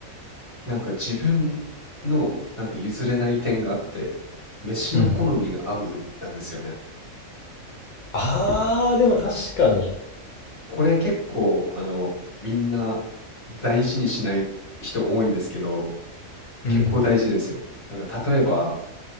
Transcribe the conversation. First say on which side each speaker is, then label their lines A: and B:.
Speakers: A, on the left (about 25°); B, on the left (about 55°).
A: なんか自分のなんか譲れない点があって、飯の好みが合うなんですよね。
B: ううん。あー、でも確かに。
A: これ結構、あの、みんな大事にしない人多いんですけど、
B: うん。
A: 結構大事ですよ。なんか例えば、